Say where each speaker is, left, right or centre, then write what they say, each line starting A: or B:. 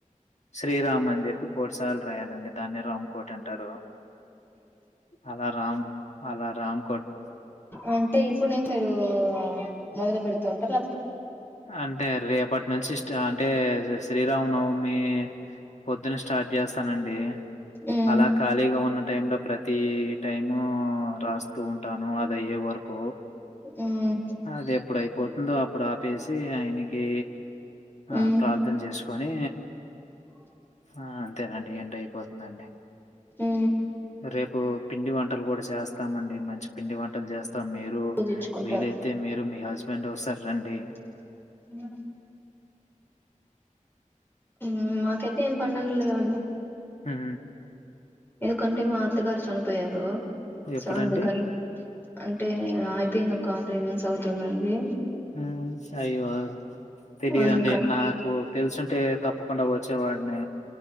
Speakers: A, on the left; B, on the left.
A: శ్రీరామ్ అని చెప్పి కోటి సార్లు రాయాలండి దాన్ని రామ్కోటి అంటారు అలారమ్ అలారమ్
B: అంటే ఇప్పుడు నుంచి మీరు మొదలు పెడుతు తుంటారు
A: అంటే రేపటి నుంచి స్ అంటే శ్రీరామనవమి పొద్దున్న స్టార్ట్ చేస్తానండి
B: ఉమ్
A: అలా ఖాళీగా ఉన్న టై లో ప్రతి టైము రాస్తూ ఉంటాను అది అయ్యే వరకు
B: ఉమ్
A: అది ఎప్పుడు అయిపోతుందో అప్పుడు పేసి ఆయన కి ఆ
B: ఉమ్
A: ప్రార్థన చేసుకు కొని
B: <unintelligible>
A: ఆ అంతేనండి ఎండ్ అయిపోతుందండి
B: హు
A: రేపు పిండి వంటలు కూడా చేస్తామండి మంచి పిండి వంటలు చేస్ స్తాము మీరు
B: పూజించుకుంటారు
A: వీలైతే మీరు మీ హస్బెండ్ ఓసారి రండి
B: అ యూ మాకైతే ఏం పండగ లేవు ఉండి
A: ఆ
B: ఎందుకంటే మా అత్తగారు చనిపోయారు
A: ఎప్పుడండి?
B: స అందుకని అంటే పిన్ ఒక త్రీ మంత్స్ అవుతుందండి
A: యు అయ్యో తెలియదండి
B: అందుకని
A: నాకు తెలుసుంటే తప్పకుండా వా వచ్చేవాన్ని